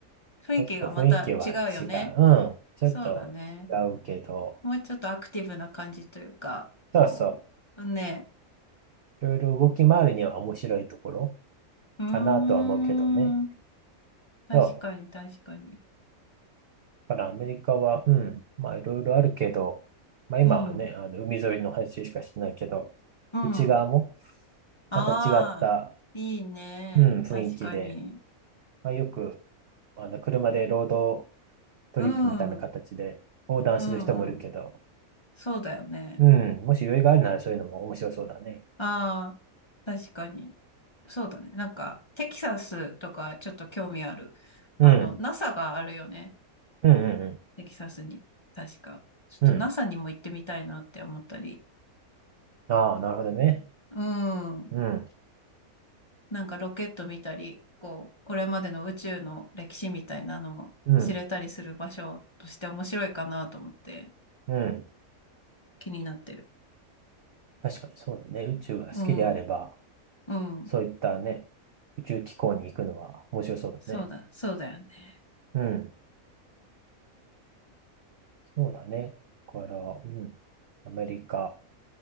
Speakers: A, on the left; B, on the right.
A: 雰囲気がまた違うよね。
B: ちょっと雰囲気は違う。うん。ちょっと違うけど、
A: そうだね。もうちょっとアクティブな感じというか、
B: そうそ
A: こう。ね。
B: う。いろいろ動き回るには面白いところ
A: うーん。
B: かなとは思うけどね。
A: 確かに、
B: そう。
A: 確かに。
B: だからアメリカは、うん。まあいろいろあるけど、まあ今はね、
A: うん。
B: あの海沿いの話しかしてないけど、
A: うん。
B: 内側も
A: ああ、
B: また違った
A: いいね。
B: うん、雰囲気で、
A: 確かに。
B: まあ、よく、あの、車でロードトリップみたいな形で横断する人もいるけど、
A: うん、うん、うん。そうだよね。
B: うん、もし余裕があるならそういうのも面白そうだね。
A: ああ、確かに。そうだね。なんか、テキサスとかちょっと興味ある。
B: うん、
A: あの、NASA があるよね。
B: うん、うん、
A: テキサスに。確か。ちょっと
B: うん。うん
A: NASA にも行ってみたいなって思ったり。
B: ああ、なるほどね。
A: うん。
B: うん、
A: なんかロケット見たり、こう、これまでの宇宙の歴史みたいなのも知れたりする場所として面白いかなと思って
B: うん、うん。
A: 気になってる。
B: 確かにそうだね。宇宙が好きであれば、
A: うん。うん。
B: そういったね、宇宙機構に行くのは面白そうだね。
A: そうだ、そうだよね。
B: うん、そうだね。だから、うん、アメリカ